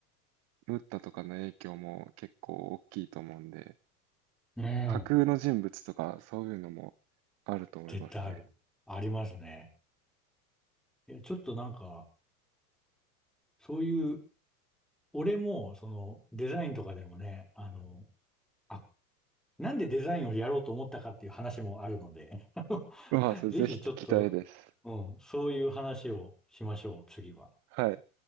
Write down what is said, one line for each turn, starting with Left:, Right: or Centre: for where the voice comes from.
Right: ムッタとかの影響も結構大きいと思うんで、
Centre: うん。
Right: 架空の人物とかそういうのもあると思いますね。
Centre: 絶対ある。ありますね。いや、ちょっとなんか、そういう、俺も、その、デザインとかでもね、あの、あ、なんでデザインをやろうと思ったかっていう話もあるので <laughs>
Right: うわあ、それぜひ聞きたいです。
Centre: ぜひちょっと、うん、そういう話をしましょう、次は。
Right: はい。